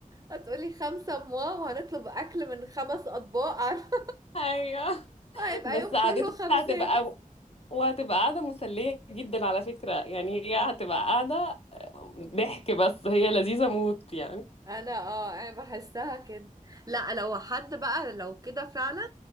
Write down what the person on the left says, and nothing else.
<laughs> ايوه
بس
قعدتها
هتبقى وهتبقى قاعدة مسلية جدا على فكرة يعني هي هتبقى قاعدة آه، ضحك بس هي لذيذة موت يعني